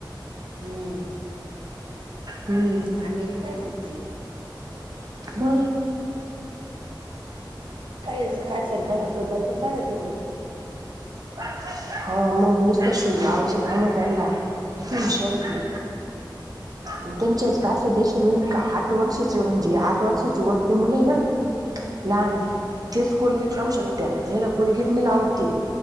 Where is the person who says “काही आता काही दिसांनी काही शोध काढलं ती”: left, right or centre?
Right